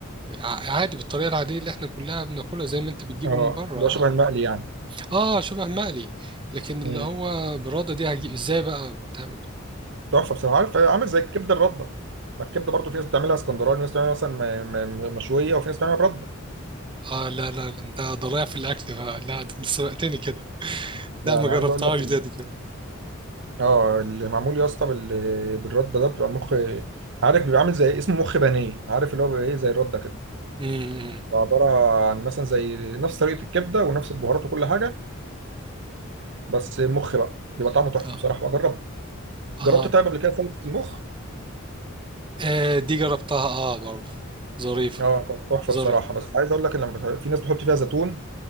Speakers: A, on the right; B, on the right.
A: ع- عادي بالطريقه العاديه اللي احنا كلها بناكلها زي ما انت بتجيبه
B: اه
A: من بره
B: اللي هو
A: اه
B: شبه المقلي يعني
A: اه شبه مقلي لكن اللي
B: مم.
A: هو براده دي هجيب ازاي بقى بتعمل
B: تحفه بصراحه عارف آه، عامل زي الكبده الرده ما الكبده برضه في ناس بتعملها اسكندراني وفي ناس بتعملها مثلا م- م- مشويه وفي ناس بتعملها برده
A: اه لا لا ده انت ضايع في الاكل بقى لا ده انت سبقتني كده
B: لا
A: لا ما
B: انا
A: جربتهاش
B: عايز اقول لك ال...
A: دي دي كده
B: اه اللي معمول يا اسطى بال... بالرده ده بتبقى مخ عارف بيبقى عامل زي اسمه مخ بانيه عارف اللي هو بيبقى ايه زي الرده كده
A: امم إمم.
B: عباره عن مثلا زي نفس طريقه الكبده ونفس البهارات وكل حاجه بس مخ بقى بيبقى طعمه تحفه
A: اه
B: بصراحه بجرب جربت
A: اه
B: طيب قبل كده سلطه المخ
A: آه، دي جربتها اه برضه ظريفه
B: اه كانت تحفه
A: ظريفه
B: بصراحه بس عايز اقول لك ان لما بت- في ناس بتحط فيها زيتون